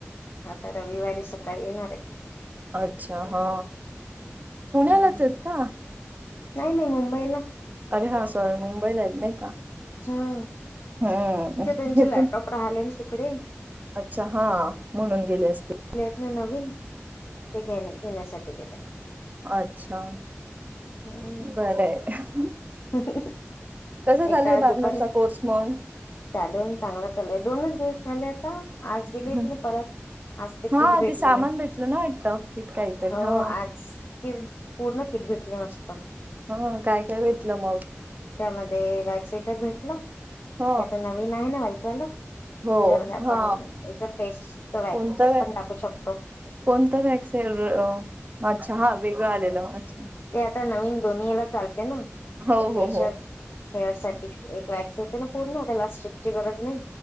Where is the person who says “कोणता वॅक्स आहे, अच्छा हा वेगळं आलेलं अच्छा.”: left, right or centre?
Right